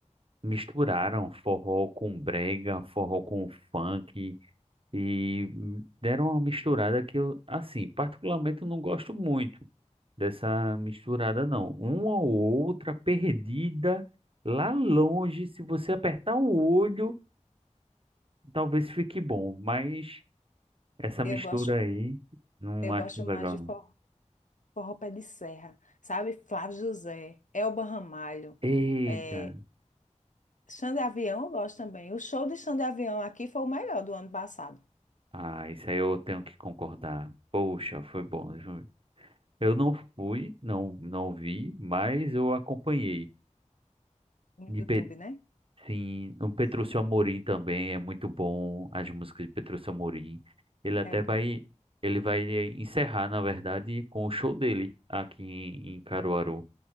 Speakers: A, on the right (about 45°); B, on the left (about 80°).
A: misturaram forró com brega, forró com funk e deram uma misturada que eu, assim, particularmente eu não gosto muito. dessa misturada, não. Uma ou outra perdida lá longe, se você apertar o olho, talvez fique bom, mas essa
B: Eu
A: mistura
B: gosto,
A: aí não
B: eu
A: acho
B: gosto
A: legal,
B: mais de
A: não.
B: forró, forró pé de serra, sabe? Flávio José, Elba Ramalho.
A: Eita!
B: é, Xande Avião eu gosto também. O show de Xande Avião aqui foi o melhor do ano passado,
A: Ah, isso aí eu tenho que concordar. Poxa, foi bom. viu? Eu não fui, não, não vi, mas eu acompanhei
B: no
A: de,
B: YouTube,
A: pe-
B: né?
A: Sim, o Petrúcio
B: Sim.
A: Amorim também é muito bom, as músicas de Petrúcio Amorim. Ele até
B: É
A: vai,
B: bom.
A: ele vai encerrar, na verdade, com o show dele aqui em, em Caruaru.